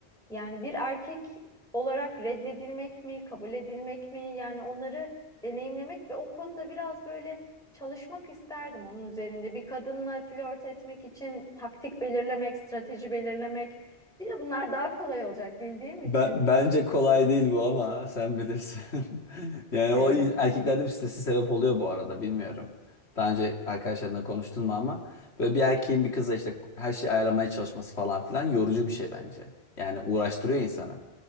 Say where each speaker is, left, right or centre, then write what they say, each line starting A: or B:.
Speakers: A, in the centre; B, on the left.
A: yani bir erkek olarak reddedilmek mi, kabul edilmek mi? Yani onları deneyimlemek ve o konuda biraz böyle çalışmak isterdim onun üzerinde. Bir kadınla flört etmek için taktik belirlemek, strateji belirlemek. Bir de bunlar daha kolay olacak bildiğim için.
B: Ben, bence kolay değil bu ama sen bilirsin. <laughs> Yani
A: Evet.
B: o in- erkeklerde bir stresi sebep oluyor bu arada bilmiyorum. Daha önce arkadaşlarınla konuştun mu ama böyle bir erkeğin bir kızla işte her şeyi ayarlamaya çalışması falan filan yorucu bir şey bence. Yani uğraştırıyor insanı.